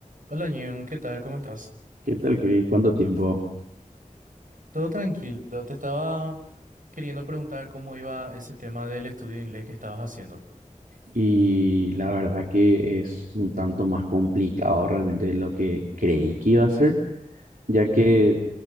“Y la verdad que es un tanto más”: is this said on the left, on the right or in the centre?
Right